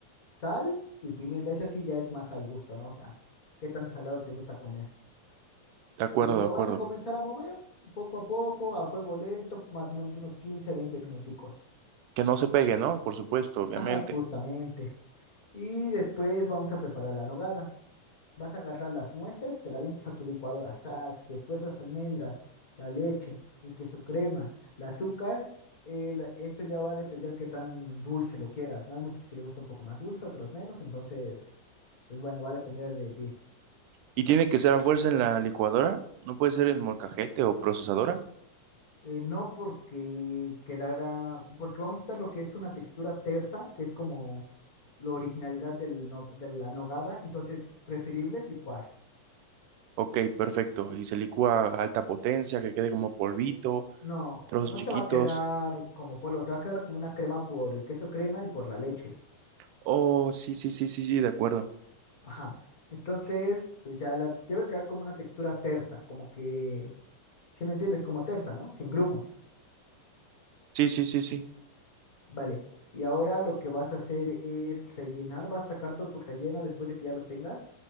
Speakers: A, on the left (about 35°); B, on the right (about 80°).
A: Sal y pimienta. Eso sí ya es más al gusto, ¿no? O sea, qué tan salado te gusta comer.
B: de acuerdo,
A: Y lo
B: de acuerdo.
A: vas a comenzar a mover poco a poco, a fuego lento, más o menos unos 15 20 minuticos.
B: Que no se pegue, ¿no? Por supuesto, obviamente.
A: Ajá, justamente. Y después vamos a preparar la nogada. Vas a agarrar las nueces, se las avientas a tu licuadora, ¡zas! Después las almendras, la leche, el queso crema, el azúcar. el- eso ya va a depender qué tan dulce lo quieras, ¿no? Hay muchos que les gusta un poco más dulce, otros menos, entonces, pues bueno, va a depender de ti.
B: ¿Y tiene que ser a fuerza en la licuadora? ¿No puede ser en molcajete o procesadora?
A: Eh, no porque quedara, porque vamos a estar lo que es una textura tersa, que es como la originalidad del no- de la nogada, entonces preferible es licuar.
B: Ok, perfecto. Y se licúa a alta potencia, que quede como polvito,
A: No,
B: trozos
A: no
B: chiquitos.
A: te va a quedar como polvo, te va a quedar como una crema por el queso crema y por la leche.
B: Oh, sí, sí, sí, sí, sí, de acuerdo.
A: Ajá. Entonces, pues ya la debe quedar como una textura tersa, como que, si me entiendes, como tersa, ¿no? Sin grumos.
B: Sí, sí, sí, sí,
A: Vale. Y ahora lo que vas a hacer es rellenar, vas a sacar todo tu relleno después de que ya lo tengas.